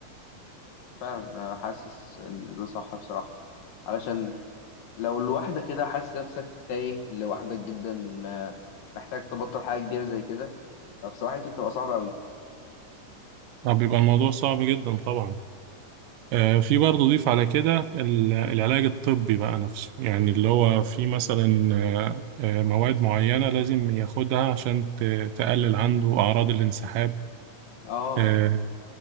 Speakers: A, on the left (about 80°); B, on the right (about 80°).
A: فعلا أنا حاسس إن ده صح بصراحة علشان لو لوحدك كده حاسس نفسك تايه لوحدك جدا آه، محتاج تبطل حاجة كبيرة زي كده فبصراحة كده بتبقى صعبة أوي
B: طب بيبقى الموضوع صعب جدا طبعا آه، في برضه ضيف على كده ال- العلاج الطبي بقى نفسه يعني اللي هو في مثلا آه، آه، مواد معينة لازم ياخدها عشان ت- تقلل عنده أعراض الانسحاب
A: اه
B: آه،